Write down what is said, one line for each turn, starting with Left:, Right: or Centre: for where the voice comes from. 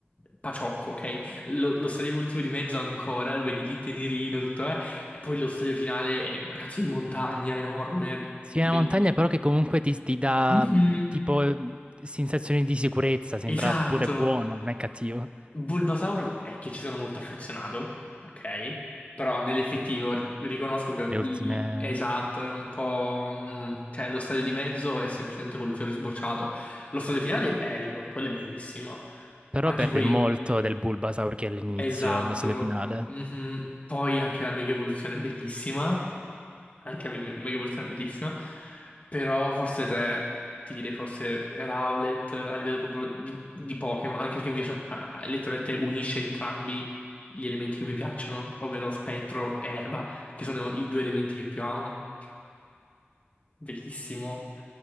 Left: paciocco, ok? lo, lo stadio evolutivo di mezzo ancora, lo vedi lì tenerino, tutto, eh? E poi lo stadio finale è una cazzo di montagna enorme,
Right: Sì,
Left: bellissimo.
Right: è una montagna però che comunque ti, ti dà
Left: Mhm,
Right: mh, tipo eh, sensazioni di sicurezza, sembra
Left: Esatto.
Right: pure buono, non è cattivo.
Left: Bulbasaur è che ci sono molto affezionato, ok? Però nell'effettivo ri- riconosco che l-
Right: Le ultime...
Left: è esatto, è un po'... mm, cioè lo stadio di mezzo è semplicemente col fiore sbocciato. Lo stadio finale è bello, quello è bellissimo.
Right: Però
Left: Anche
Right: perde
Left: poi,
Right: molto del Bulbasaur che è all'inizio,
Left: esatto.
Right: lo stadio finale.
Left: Mhm. Poi anche la mega evoluzione è bellissima. anche Meg- Megavoluzione è bellissima, però forse tre, ti direi forse Rowlet a livello proprio di, di Pokémon, anche perché mi piace, ah, letteralmente unisce entrambi gli elementi che mi piacciono, ovvero spettro e erba, che sono i due elementi che più amo. Bellissimo.